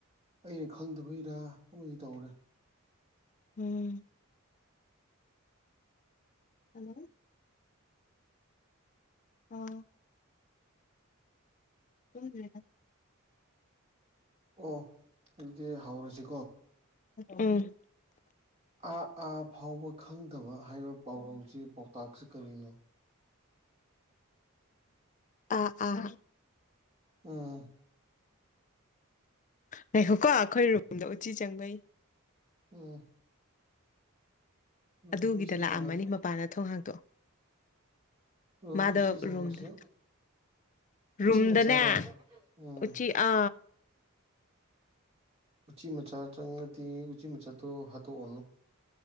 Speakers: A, on the right; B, on the left.
A: ꯑꯩꯅ ꯈꯪꯗꯕꯩꯔ ꯑꯃꯗꯤ ꯇꯧꯔꯦ
B: ꯎꯝ ꯍꯜꯂꯣ ꯎ ꯇ ꯂꯩꯗ <inaudible>
A: ꯑꯣ ꯑꯗꯨꯗꯤ ꯍꯧꯔꯁꯤ
B: ꯎꯝ
A: ꯑꯥ ꯑꯥ ꯐꯥꯎꯕ ꯈꯪꯗꯕ ꯍꯥꯏꯕ ꯄꯥꯎꯔꯧꯁꯤ ꯄꯥꯎꯇꯥꯛꯁꯤ ꯀꯔꯤꯅꯣ
B: ꯑꯥ ꯑꯥ
A: ꯎꯝ
B: ꯂꯩꯈꯣꯀꯣ ꯑꯩꯈꯣꯏ ꯔꯨꯝꯗ ꯎꯆꯤ ꯆꯪꯕꯩ
A: ꯎꯝ ꯔꯨꯝꯗ
B: ꯑꯗꯨꯒꯤꯗ
A: ꯎꯆꯤ
B: ꯂꯥꯛꯑꯝꯃꯅꯤ
A: ꯆꯪꯉꯗꯤ
B: ꯃꯄꯥꯟꯅ ꯊꯣꯡꯍꯥꯡꯗꯣ
A: ꯔꯨꯝꯗ
B: ꯃꯥꯗ
A: ꯎꯆꯤ ꯆꯪꯕꯁꯦ
B: ꯔꯨꯝꯗ
A: ꯎꯆꯤ
B: ꯔꯨꯝꯨꯝꯗꯅꯦ
A: ꯃꯆꯥꯔꯣ ꯎꯝ
B: ꯎꯆꯤ ꯑ
A: ꯎ ꯎꯆꯤ ꯃꯆꯥ ꯆꯪꯗꯤ ꯎ ꯎꯆꯤ ꯃꯆꯥꯇ ꯍꯥꯇꯣ ꯑꯣꯅꯣ